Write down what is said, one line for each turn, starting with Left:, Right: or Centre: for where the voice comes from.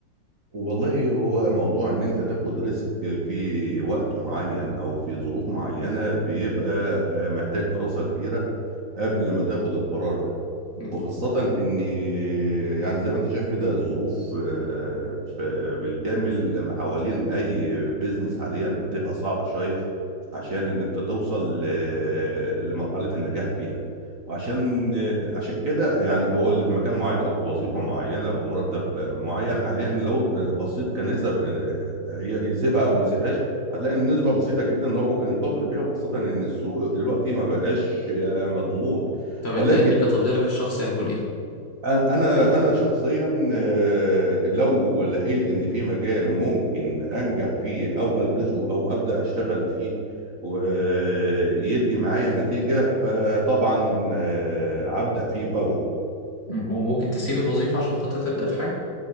Right: والله هو موضوع ان انت تاخد ريسك في وقت معين او في ظروف معينة بيبقى آه، محتاج دراسة كبيرة قبل ما تاخد القرار ده
Left: مم.
Right: وخاصة إن يعني زي ما أنت شايف كده الظروف آه، في بالكامل ما حوالين أي بيزنس حاليا بتبقى صعبة شوية عشان إن أنت توصل ل- لمرحلة النجاح فيها وعشان آه، عشان كده يعني هو اللي في مكان معين أو في وظيفة معينة بمرتب معين حاليا لو بصيت كنسب آه، يسيبها أو ما يسيبهاش هتلاقي إن النسبة بسيطة جدا إن هو ممكن يخاطر بيها وخاصة إن السوق دلوقتي ما بقاش آه، مضمون
Left: طب
Right: ولكن
Left: انت انت كتفضيلك الشخصي هيكون ايه
Right: انا انا شخصيا آه، لو لقيت ان في مجال ممكن انجح فيه او ادرسه او ابدا اشتغل فيه ويدي معايا نتيجه فطبعا آه، هبدا فيه فوري
Left: مم. وممكن تسيب الوظيفة عشان خاطر تبدأ في حاجة